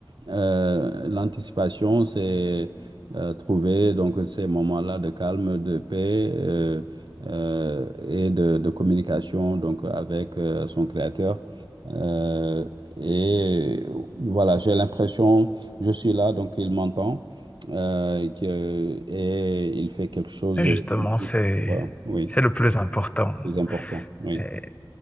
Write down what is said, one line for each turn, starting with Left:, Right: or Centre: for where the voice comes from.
Right: Euh, l'anticipation, c'est euh, trouver donc ces moments-là de calme, de paix euh, euh, et de, de communication donc avec euh, son créateur. Euh, et voilà, j'ai l'impression je suis là, donc il m'entend euh, que- et il fait quelque chose
Left: Et Justement,
Right: tout de suite.
Left: c'est,
Right: pour, euh, oui,
Left: c'est le plus important.
Right: c'est important. Oui,
Left: Euh,